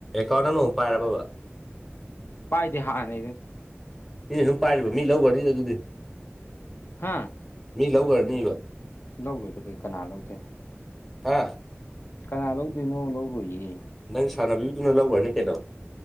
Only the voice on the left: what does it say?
ꯄꯥꯏꯗꯤꯦ ꯍꯥꯥꯟꯅꯗ
ꯍꯥꯥ
ꯂꯧꯧꯔꯣꯏꯗ ꯀꯩ ꯀꯅꯥ ꯂꯧꯧꯗꯦ
ꯀꯅꯥ ꯂꯧꯗꯣꯏꯅꯣ ꯂꯧꯔꯨꯌꯦ